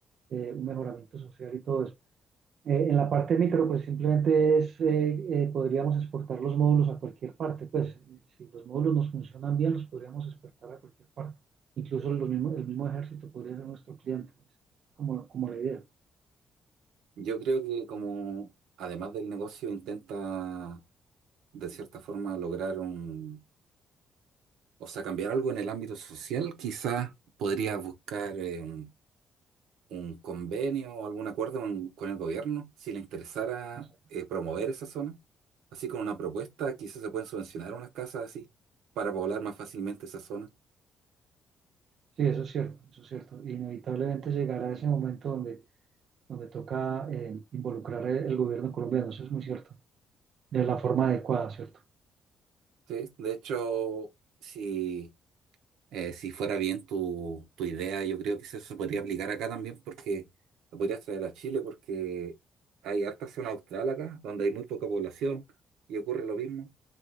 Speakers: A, on the right; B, on the right.
A: eh, un mejoramiento social y todo eso. Eh, en la parte micro, pues simplemente es, eh, eh, podríamos exportar los módulos a cualquier parte. Pues si los módulos nos funcionan bien, los podríamos exportar a cualquier parte. Incluso los mismos, el mismo ejército podría ser nuestro cliente, pues, como, como la idea.
B: Yo creo que como, además del negocio, intenta de cierta forma lograr un, o sea, cambiar algo en el ámbito social, quizás podría buscar eh, un, un convenio o algún acuerdo con, con el gobierno, si le interesara
A: O sea,
B: eh, promover esa zona. Así con una propuesta, quizás se pueden subvencionar unas casas así para poblar más fácilmente esa zona.
A: sí, eso es cierto, eso es cierto. Inevitablemente llegará ese momento donde, donde toca eh, involucrar el gobierno colombiano, eso es muy cierto, de la forma adecuada, ¿cierto?
B: Sí, de hecho, si Eh, si fuera bien tu, tu idea, yo creo que eso se podría aplicar acá también porque lo podrías traer a Chile porque hay harta zona austral acá, donde hay muy poca población y ocurre lo mismo,